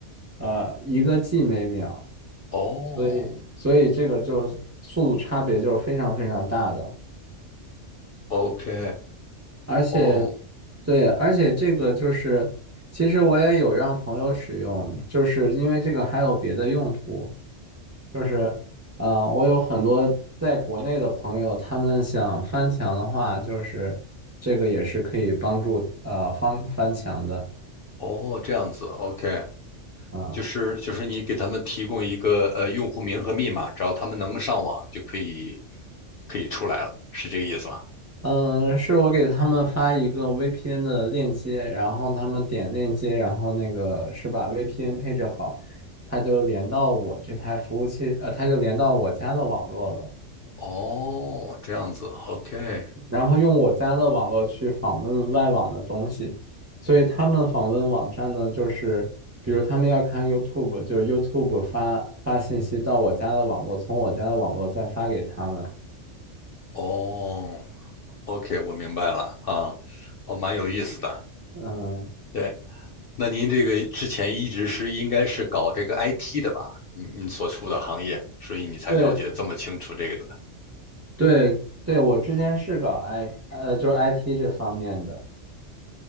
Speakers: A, on the right; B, on the left.
A: 呃，一个 G 每秒，
B: 哦
A: 所以所以这个就是速度差别就是非常非常大的。
B: ，OK，
A: 而且，
B: 哦。
A: 对，而且这个就是，其实我也有让朋友使用，就是因为这个还有别的用途，就是啊、呃我有很多在国内的朋友，他们想翻墙的话，就是这个也是可以帮助呃翻翻墙的
B: 哦，这样子，OK，
A: 啊。
B: 就是就是你给他们提供一个呃用户名和密码，只要他们能上网就可以可以出来了，是这个意思吗？
A: 嗯，是我给他们发一个 VPN 的链接，然后他们点链接，然后那个是把 VPN 配置好，他就连到我这台服务器，呃，他就连到我家的网络了，
B: 哦，这样子，OK，
A: 然后用我家的网络去访问外网的东西，所以他们访问网站呢，就是比如他们要看 YouTube，就 YouTube 发发信息到我家的网络，从我家的网络再发给他们。
B: 哦，OK，我明白了啊，哦，蛮有意思的。
A: 嗯，
B: 对，那您这个之前一直是应该是搞这个 IT 的吧？你你所处的行业，所以你才了解这么清楚这个的。
A: 对，对对，我之前是搞 I 呃，就是 IT 这方面的，